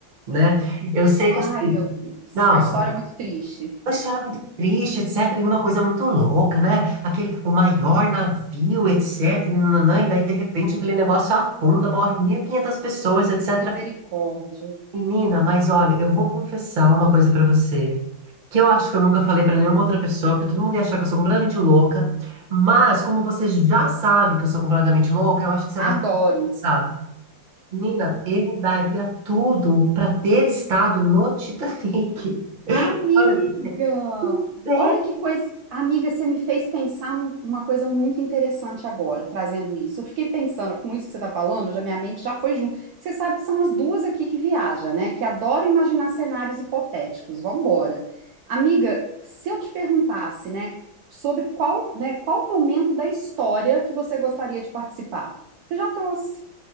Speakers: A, on the right; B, on the right.
A: né? Eu sei que
B: Ai,
A: assim,
B: meu Deus,
A: não,
B: a história é muito triste.
A: uma história muito triste, etc, e uma coisa muito louca, né? Aquele, o maior navio, etc, e, nananã, e daí de repente aquele negócio afunda, morre 1.500 pessoas, etc.
B: Misericórdia.
A: Menina, mas olha, eu vou confessar uma coisa pra você, que eu acho que eu nunca falei pra nenhuma outra pessoa, porque todo mundo ia achar que eu sou completamente louca, mas como você já sabe que eu sou completamente louca, eu acho que você vai
B: Adoro.
A: ser interessado. Menina, eu daria tudo pra ter estado no Titanic.
B: Amiga,
A: <laughs> Olha, é, menina.
B: olha que coisa. Amiga, você me fez pensar num- numa coisa muito interessante agora, trazendo isso. Eu fiquei pensando, com isso que você está falando, já minha mente já foi junto. Você sabe que são as duas aqui que viajam, né? Que adoram imaginar cenários hipotéticos. Vambora. Amiga, se eu te perguntasse, né, sobre qual, né, qual o momento da história que você gostaria de participar? Você já trouxe,